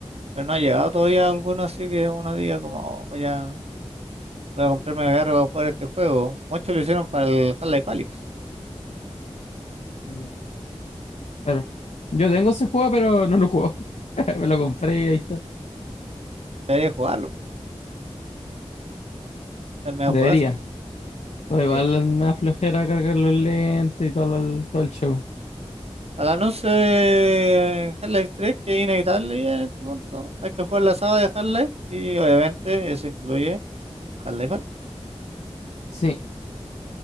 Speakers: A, on the right (about 65°); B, on the left (about 80°).
A: pero no ha llegado todavía alguno así que uno diga como "Oh, voy a, voy a comprarme VR para jugar este juego. Muchos lo hicieron para el Half-Life Alyx,
B: Mm, Claro. Yo tengo ese juego, pero no lo juego. <laughs> Me lo compré y ahí está.
A: debería jugarlo, es el mejor
B: Debería.
A: juegazo.
B: O igual
A: Sí.
B: me da flojera cargar los lentes y todo el, todo el show.
A: Para no ser Half-Life 3, que es inevitable ya en este punto, hay que jugar la saga de Half-Life y obviamente eso incluye Half-Life Alyx.
B: Sí,